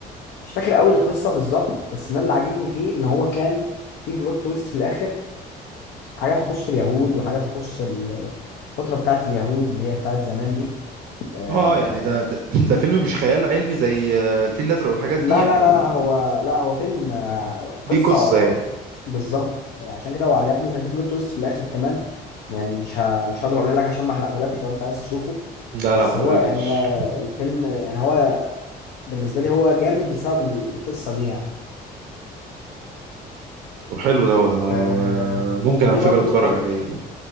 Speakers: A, on the left (about 70°); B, on the right (about 60°).
A: مش فاكر قوي القصه بالظبط بس انا اللي عاجبني فيه ان هو كان في بلوت تويست في الاخر حاجه تخص اليهود وحاجه تخص ال- الفتره بتاعت اليهود اللي هي بتاعت زمان دي آه
B: اه يعني ده ده, <clears throat> ده فيلم مش خيال علمي زي آه، الفيل الازرق والحاجات دي
A: لا
B: يعني
A: لا لا لا هو لا هو فيلم آه
B: ليه
A: قصه
B: قصة يعني
A: بالظبط عشان كده هو عجبني وكان في بلوت تويست في الاخر كمان يعني مش ه... مش هقدر اقولها لك عشان ما احرقهولكش لو انت عايز تشوفه
B: لا
A: بس
B: لا ما تقوليليش
A: هو يعني آه، الفيلم يعني هو بالنسبه لي هو جامد بسبب القصه دي يعني
B: طب حلو دوت انا
A: آه
B: آه، ممكن على
A: في
B: فكرة
A: برضو
B: اتفرج
A: طب
B: عليه ده